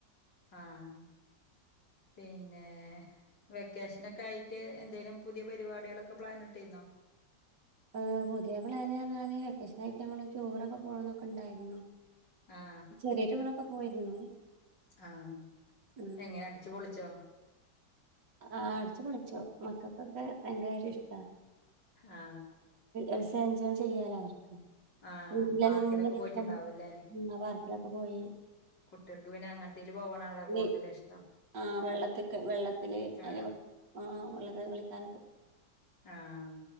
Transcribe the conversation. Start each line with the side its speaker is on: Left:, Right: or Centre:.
Left: ആഹ് പിന്നെ വെക്കേഷനൊക്കെ ആയിട്ട് എന്തെലും പുതിയ പരിപാടികളൊക്കെ പ്ലാനിട്ടീന്നോ
Right: ആഹ് പുതിയ പ്ലാൻ പറഞ്ഞാ ലൊക്കേഷൻ ആയിട്ട് ങ്ങൾ ടൂറൊക്കെ പോകണംന്നൊക്കെ ഉണ്ടായിരുന്നു
Left: ആ
Right: ചെറിയ ടൂറൊക്കെ പോയിരുന്നു
Left: ആഹ്
Right: ഉം
Left: എങ്ങനെ അടിച്ചു പൊളിച്ചോ
Right: ആഹ് അടിച്ചു പളിച്ചോ മക്കൾക്കൊക്കെ ഭയങ്കര ഇഷ്ട
Left: ആഹ്
Right: ആസഞ്ചോം ചെയ്യാലോ അവർക്ക്
Left: ആ
Right: വീട്ടിലങ്ങന
Left: പാർക്കിലൊക്കെ
Right: <unintelligible>
Left: പോയിട്ടുണ്ടാവൂല്ലേ
Right: പിന്നെ പാർക്കിലൊക്കെ പോയി
Left: കുട്ടികൾക്ക് പിന്നെ അങ്ങനത്തേല് പോകണാല്ലോ കൂടുതല്
Right: ഈ
Left: ഇഷ്
Right: ആഹ് വെള്ളത്തിക്കെ വെള്ളത്തില്
Left: ആ
Right: അയ്ല് ആ ഒള്ളത് പുള്ളിക്കാരൻ
Left: ആഹ്